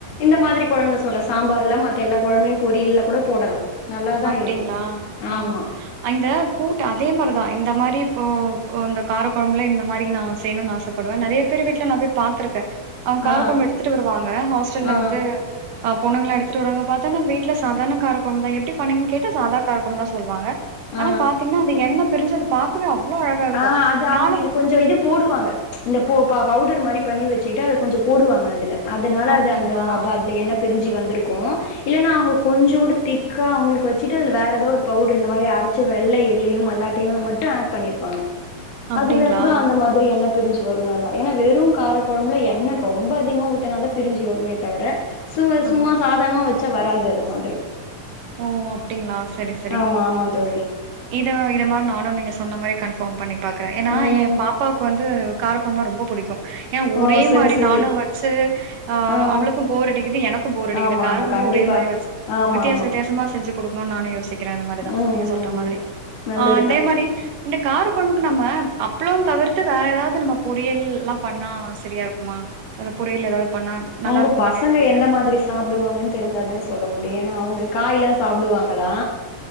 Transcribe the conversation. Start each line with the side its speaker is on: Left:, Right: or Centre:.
Left: இந்த மாரி கொழம்புல சொல்றே சாம்பார்ல மத்த எல்லா கொழம்புலையு பொரியல்ல கூட போடலா நல்லாதா
Right: அப்டிங்ளா
Left: இருக்கு
Right: ஓ
Left: ஆமா
Right: அந்த கூ அதே மாரிதா இந்த மாதிரி இப்போ இந்த காரக்கொழம்புல இந்த மாரி நா செய்ணுனு ஆசைப்படுவே நெறைய பேர் விட்டு ட்ல நா போய் பாத்திருக்கே அவுங்க கார
Left: ஆ
Right: கொழம்பு எடுத்துட்டு வருவாங்க ஹாஸ்டல்ல
Left: ஆ ஆ
Right: வந்து ஆ பொண்ணுங்கல்லா எடுத்துட்டுவருவாங்க பாத்தான்ன வீட்ல சாதாரண கார கொழம்ந்தான் எப்படி பண்ணீங்க கேட்டா சாதா கார கொழம்புதா சொல்லுவாங்க
Left: ஆ
Right: ஆனா பாத்தீங்னா அது என்ன பிரிஞ்சு அது பாக்கவே அவ்ளோ அழகா இருக்கும்
Left: ஆ அது அவுங்க
Right: நானும்
Left: இது கொஞ்ச இது போடுவாங்க இந்த போ ப பவுட மாரி பண்ணி வச்சுட்டு அது கொஞ்ச போடுவாங்க அதுல அதனால
Right: அப்டிங்களா
Left: அது அந்த அதுல என்ன பிரிஞ்சு வந்திருக்கு இல்லன்னா அவுங்க கொஞ்சோண்டு திக்கா அவுங்களுக்கு வச்சுட்டு அது வேற ஏதாவ ஒரு பவுடர் இந்த மாரி அரச்ச வெள்ள எல்லையு மல்லாட்டையு மட்டு ஆட் பண்ணிருப்பாங்க
Right: அப்டிங்களா
Left: அதுல கூட அந்த மாரி என்ன பிரிஞ்சு வரு நல்லா ஏனா வெறு காரக்கொழம்புல எண்ணெ ரொம்ப அதிகமா ஊத்தனாதா பிரிஞ்சு வருமே தவர சும்
Right: ஆ
Left: சும்மா சாதாரமா வச்சா வராது அது மாதிரி
Right: ஓ அப்டிங்ளா சேரி சேரி
Left: ஆமா ஆமா தோழி
Right: இத இத மாரி நானு நீங்க சொன்ன மாரி க போம் பண்ணி பாக்குறே ஏன்னா
Left: ம்
Right: என் பாப்பாவுக்கு வந்து காரக்கொழம்புனா ரொம்ப புடிக்கு ஏனா
Left: ஓ
Right: ஒரே
Left: சரி
Right: மாரி
Left: சரி
Right: நானு வச்சு ஆஹ்
Left: ஆ
Right: அவளுக்கு போர் அடிக்கிது எனக்கு போர் அடிக்கிது
Left: ஆமா
Right: கார
Left: ஆமா
Right: கொழம்
Left: கண்டிப்பா
Right: பு ஒரே மாரி வச்சு
Left: ஆமா
Right: வித்தியாச
Left: ஆமா
Right: வித் செஞ்சு கொடுக்கணுனு நானு இந்த மாரிதா
Left: ம்
Right: நீங்க
Left: ம்
Right: சொல்ற
Left: ம்
Right: மாதிரி
Left: நல்லதுதா
Right: ஆஹ் அதே மாரி இந்த கார கொழம்புக்கு நம்ம அப்ளோ தவிர்த்து வேற ஏதாவது நம்ம பொறியல் எல்லா பண்ணா சரியா இருக்குமா வேற பொரியல் ஏதாவது பண்ணா நல்லா
Left: ஒங்க
Right: இருக்குமான்னு
Left: பசங்க
Right: கேக்குறேன்.
Left: எந்த மாரி சாப்டுவாங்கன்னு தெரிஞ்சாதானே சொல்ல முடியு ஏனா அவுங்க காயெல்லா சாப்டுவாங்களா